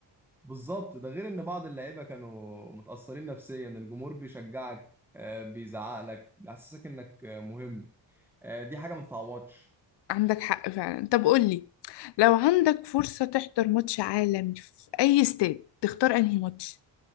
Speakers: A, in the centre; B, on the left.
A: بالظبط ده غير ان بعض اللعيبة كانوا متأثرين نفسيا الجمهور بيشجعك آه، بيزعقلك بيحسسك انك آه، مهم آه، دي حاجة ما تتعوضش
B: عندك حق فعلا طب قولي لو عندك فرصة تحضر ماتش عالمي في أي استاد تختار أنهي ماتش؟